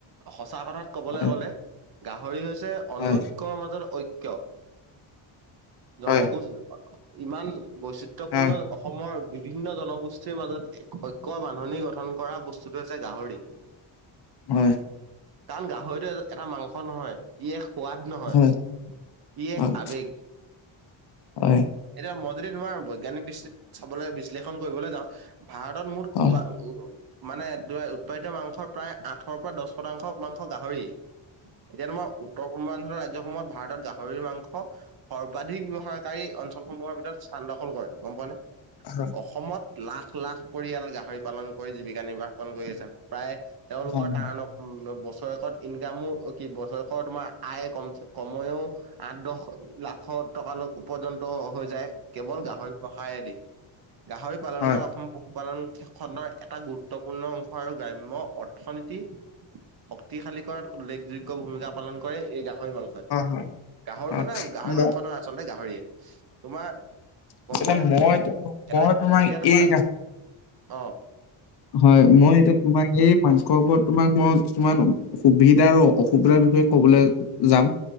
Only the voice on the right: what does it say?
সঁচা কথাত- ক'বলৈ
গ'লে গাহৰি হৈছে অনৈক্য়ৰ
মাজত ঐক্য়। জনগোষ্ঠ
ইমান বৈচিত্ৰয়পূৰ্ণ,
অসমৰ বিভিন্ন জনগোষ্ঠীৰ মাজত এক ঐক্য বান্ধনি গঠন কৰা বস্তুটো হৈছে গাহৰি।
কাৰণ গাহৰিটো এটা মাংস নহয়। ই এক সোৱাদ নহয়
ই
এক
আৱেগ।
এতিয়া মই যদি তোমাৰ বৈজ্ঞানিক দৃস্তিত চাবলৈ বিশ্লেষণ কৰিবলৈ যাওঁ- ভাৰতত মুঠ
উ মানে উৎপাদিত মাংস প্ৰায় আঠৰ পৰা দশ শতাংশ মাংস গাহৰি এতিয়া তোমাৰ উত- উত্তৰ পূৰ্বাঞ্চলৰ ৰাজ্যসমূহত ভাৰতত গাহৰিৰ মাংস সৰ্বাধিক ব্যৱহাৰকাৰী অঞ্চলসমূহৰ ভিতৰত- স্থান দখল কৰে গম পোৱা নে?
অসমত লাখ লাখ পৰিয়াল গাহৰি পালন কৰি জীৱিকা নিৰ্বাসন কৰি আছে প্ৰায়- তেওঁলোকৰ
তা বছৰেকত ইনকামো কি বছৰেকত তোমাৰ- আয়ে কম কময়ও আঠ দশ লাখ টকালৈ পৰ্যন্ত হৈ যায়। কেৱল গাহৰি প্ৰসায়েদি গাহৰি পালন
কৰা অসম- উপাদন খণ্ডৰ এটা গুৰুত্বপূৰ্ণ অংশ আৰু গ্ৰাম্য অৰ্থনীতি- শক্তিশালী কৰাত উল্লেখযোগ্য ভূমিকা পালন কৰে এই গাহৰি মাংস।
গাহৰি
গাহৰি
মাংস নহয় আচলতে গাহৰিয়ে তোমাৰ গম
পোৱা নে
এটা
এতিয়া তোমাৰ
অঁ।